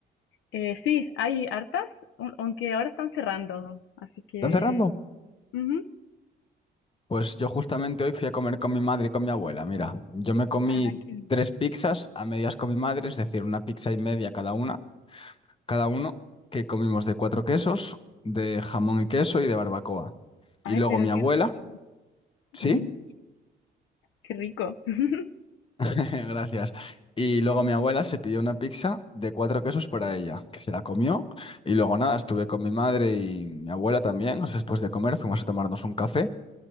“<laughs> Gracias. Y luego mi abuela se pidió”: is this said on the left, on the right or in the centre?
Left